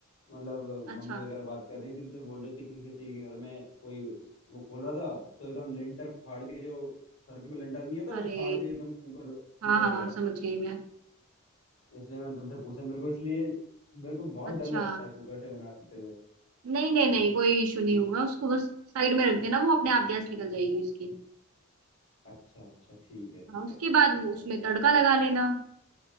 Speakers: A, on the left; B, on the right.
A: मतलब
B: अच्छा
A: मम्मी वगैरह बात कर रही थी तो बोल रही थी कि किसी के घर में कोई उस- वो खोल रहा था तो एकदम लेंटर फाड़ के जो सर के पे लेंटर नहीं होता
B: अरे
A: वो फाड़ के एकदम कुकर कुकर
B: हाँ हाँ
A: गया
B: समझ गई मैं
A: इसलिए मैंने तुमसे पूछा मेरे को इसलिए मेरे को बहुत
B: अच्छा
A: डर लगता है कुकर से बनाते हुए
B: नहीं नहीं नहीं कोई इशू नहीं होगा उसको बस साइड में रख देना वो अपने आप गैस निकल जाएगी उसकी
A: अच्छा अच्छा ठीक है ठीक
B: हाँ उसके
A: है ओके
B: बाद वो
A: डन
B: उसमें
A: हो गया
B: तड़का लगा लेना